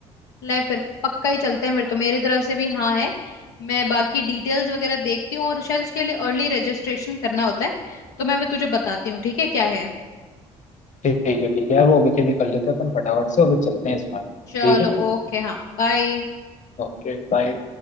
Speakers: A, on the left; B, on the left.
A: ले फिर पक्का ही चलते हैं फिर तो मेरी तरफ से भी हाँ है मैं बाकी डिटेल्स वगैरह देखती हूँ और शायद उसके लिए अर्ली रजिस्ट्रेशन करना होता है तो मैं फिर तुझे बताती हूँ ठीक है क्या है
B: ठीक है ठीक है यार वो अभी के भी कर लेते हैं अपन फटाफट से और फिर चलते हैं इस बार
A: चलो
B: ठीक है
A: ओके हाँ बाय
B: Okay bye